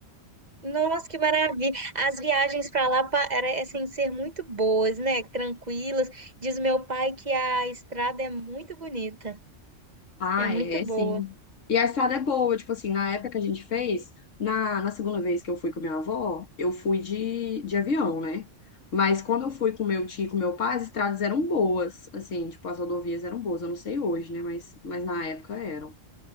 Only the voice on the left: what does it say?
Ah,
é,
sim. E a estrada é boa, tipo assim, na época que a gente fez, na, na segunda vez que eu fui com minha avó, eu fui de, de avião, né? Mas quando eu fui com meu tio e com meu pai, as estradas eram boas, assim, tipo, as rodovias eram boas, eu não sei hoje, né? Mas, mas na época eram.